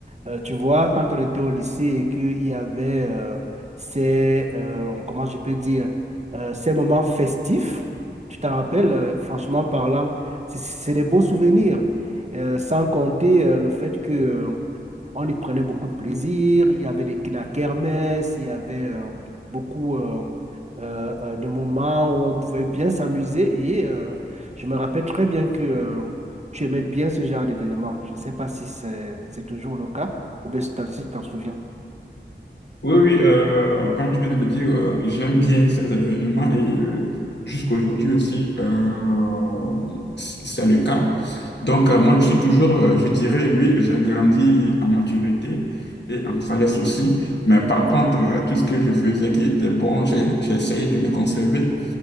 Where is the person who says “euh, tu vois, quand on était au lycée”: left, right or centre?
Right